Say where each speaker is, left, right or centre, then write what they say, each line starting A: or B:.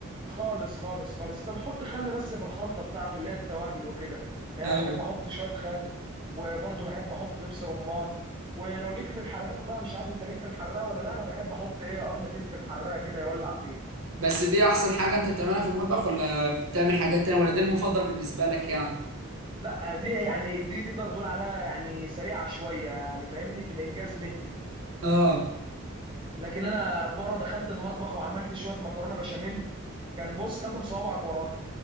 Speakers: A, on the right; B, on the right.
A: خالص خالص خالص انت بتحط خل بس في الخلطه بتاعته اللي هي التوابل وكده يعني
B: ايوه
A: انا بحب احط شويه خل وبرضه بحب احط دبس رمان ولو ليك في الحراق بقى مش عارف انت ليك في الحراق ولا لا انا بحب احط ايه قرن فلفل حراق كده يولع فيه
B: بس دي احسن حاجة انت بتعملها في المطبخ ولا بتعمل حاجات تانية ولا ده المفضل بالنسبة لك يعني
A: لا دي يعني دي دي تقدر تقول عليها يعني سريعه شويه يعني فاهمني في الانجاز منه
B: اه
A: لكن انا مره دخلت المطبخ وعملت شويه مكرونه بشاميل كان بص تاكل صوابعك وراها